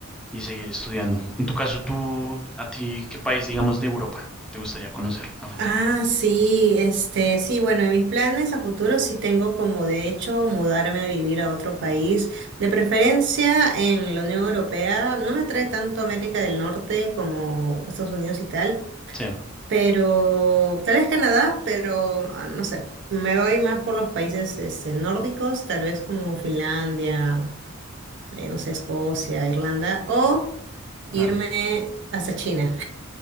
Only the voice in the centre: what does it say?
y seguir estudiando. En tu caso, tú, a ti, ¿qué país, digamos, de Europa te gustaría conocer a futuro?
Sí,
claro.